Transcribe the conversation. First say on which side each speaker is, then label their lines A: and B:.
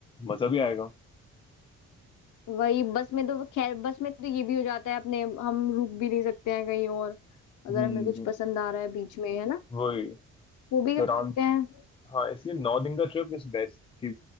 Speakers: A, on the left (about 20°); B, on the left (about 75°).
A: मजा भी आएगा
B: वही बस में तो खैर बस में तो ये भी हो जाता है अपने हम रुक भी नहीं सकते हैं कहीं और अगर
A: हम्म
B: हमें कुछ पसंद आ रहा है बीच में है ना
A: वही
B: वो भी
A: तो
B: कर
A: आराम
B: सकते हैं
A: हाँ इसलिए नौ दिन का ट्रिप इज बेस्ट कि